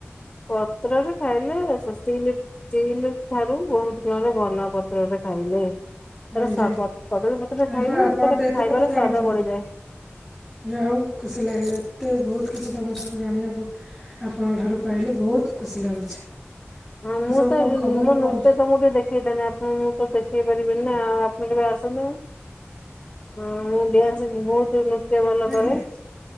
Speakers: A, on the left; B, in the centre.
A: ପତ୍ରରେ ଖାଇଲେ <unintelligible> ଷ୍ଟିଲ୍ ଠାରୁ ବହୁତ ଗୁଣରେ ଭଲ ପତ୍ରରେ ଖାଇଲେ। ତାର
B: ଆଜ୍ଞା।
A: ସ୍ୱା ପ କଦଳୀ ପତ୍ର ରେ ଖାଇଲେ
B: ଏବେ ଆପଣ
A: ତାର
B: ତ ଏତେ
A: ଖାଇବାରେ
B: କଥା ଜାଣିଛନ୍ତି।
A: ସ୍ୱାଦ ବଢିଯାଏ।
B: ଯାହା ହଉ ଖୁସି ଲାଗିଲା ଏତେ ବହୁତ କିଛି ତମ ଠାରୁ ଜାଣିବାକୁ ଆପଣଙ୍କ ଠାରୁ ପାଇଲି ବହୁତ ଖୁସି ଲାଗୁଛି।
A: ହଁ
B: ଆଉ
A: ମୁଁ
B: ସବୁ
A: ତ
B: କଣ
A: ମୁଁ <unintelligible>
B: ଖବର କୁହନ୍ତୁ?
A: ତମକୁ ଟିକେ ଦେଖେଇଥାନ୍ତି ଆପଣ ତ ଦେଖେଇ ପାରିବେନି ନା ଆ <unintelligible> ଆସନ୍ତୁ। ହଁ ମୁଁ ଡ୍ୟାସ ମୁଁ ବହୁତ ନୃତ୍ୟ ଭଲ
B: ଆଜ୍ଞା
A: କରେ।